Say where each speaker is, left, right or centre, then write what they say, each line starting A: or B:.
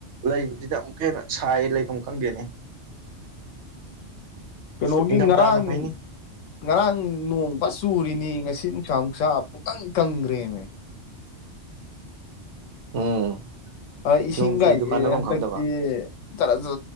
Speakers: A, on the right; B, on the left.
A: ꯂꯩꯕꯖꯤꯗꯥ ꯑꯃꯨꯛꯀ ꯍꯦꯟꯅ ꯁꯥꯏꯌꯦ ꯂꯩꯐꯥꯝ ꯈꯪꯗꯦꯅꯦ
B: ꯀꯩꯅꯣꯒꯤ
A: ꯅꯤꯡꯊꯝꯊꯥꯅ
B: ꯉꯔꯥꯡ
A: ꯐꯩꯅꯤ
B: ꯉꯔꯥꯡ ꯅꯣꯡꯐ ꯆꯨꯔꯤꯅꯤ ꯉꯁꯤ ꯅꯨꯡꯁꯥ ꯑꯃꯨꯛ ꯁꯥ ꯄꯨꯝꯀꯪ ꯀꯪꯒ꯭ꯔꯦꯃꯤ
A: ꯎꯝ
B: ꯑ ꯏꯁꯤꯡꯒꯥꯏꯖꯦ
A: ꯅꯣꯡ ꯆꯨꯔꯤꯗꯨ ꯀꯥꯟꯅꯐꯝ
B: ꯍꯟꯇꯛꯇꯤ
A: ꯈꯪꯗꯕ
B: ꯆꯔ ꯆ